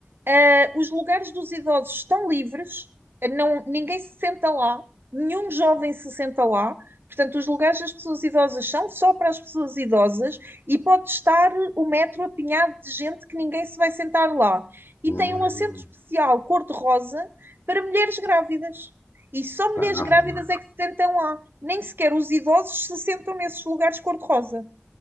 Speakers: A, on the right; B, on the left.
A: eh, os lugares dos idosos estão livres, eh, não, ninguém se senta lá, nenhum jovem se senta lá. Portanto, os lugares das pessoas idosas são só para as pessoas idosas e pode estar o metro apinhado de gente que ninguém se vai sentar lá e
B: Hum,
A: tem um assento especial cor-de-rosa para mulheres grávidas. E só mulheres
B: tá
A: grávidas
B: bem.
A: é que se sentam lá. Nem sequer os idosos se sentam nesses lugares cor-de-rosa.